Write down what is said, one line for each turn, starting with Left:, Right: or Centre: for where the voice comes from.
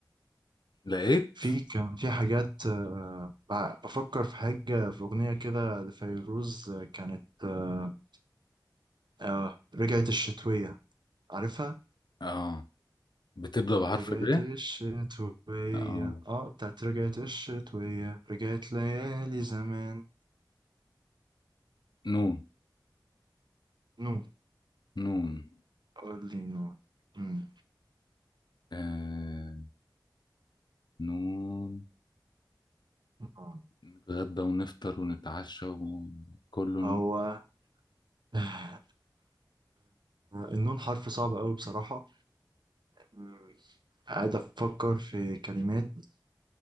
Left: لقيت
Right: في كان في حاجات آه، بع- بفكر في حاجة في أغنية كده لفيروز آه، كانت آه، آه، رجعت الشتوية عارفها؟
Left: اه بتبدأ بحرف
Right: رجعت
Left: ب
Right: الشتوية
Left: اه
Right: اه بتاعت رجعت الشتوية رجعت ليالي زمان
Left: نون
Right: نو
Left: نون
Right: قول لي نو مم.
Left: آه. نون
Right: نو.
Left: نتغدى ونفطر ونتعشى وكله
Right: هو
Left: نون
Right: <laughs> النون حرف صعب قوي بصراحة مم. قاعد أفكر في كلمات